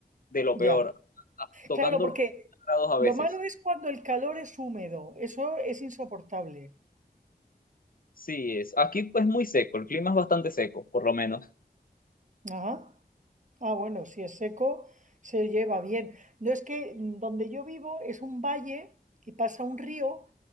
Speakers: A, on the left; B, on the right.
A: de lo
B: ya.
A: peor, a- tocando
B: Claro, porque
A: los grados a
B: Lo
A: veces.
B: malo es cuando el calor es húmedo, eso es insoportable.
A: Sí, es. Aquí es muy seco, el clima es bastante seco, por lo menos.
B: Ajá. Ah, bueno, si es seco, se lleva bien. No es que mm, donde yo vivo es un valle y pasa un río